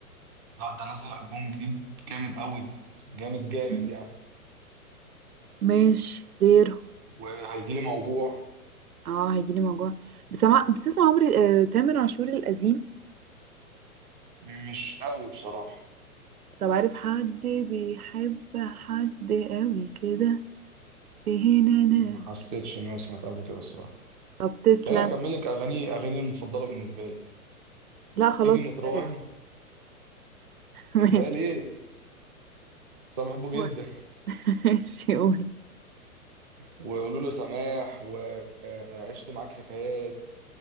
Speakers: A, in the centre; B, on the right.
A: لا ده نزل ألبوم جديد جامد قوي جامد جامد
B: مم.
A: يعني
B: ماشي غير
A: وهيجيلي موجوع
B: اه هيجيلي موجوع بسمع بتسمع عمري آه تامر عاشور القديم
A: مش قوي بصراحة
B: طب عارف حد بيحب حد قوي كده فين أنا
A: ما حسيتش ان انا سمعت قبل كده الصراحة
B: طب تسلم
A: خليني اكمل لك اغاني اغاني المفضلة بالنسبة لي
B: لا خلاص
A: تيجي نتراهن
B: كفاية <laughs>
A: كفاية
B: ماشي
A: ليه بس أنا بحبه جدا
B: قول ماشي قول
A: وقولوا له سماح وعشت معاك حكايات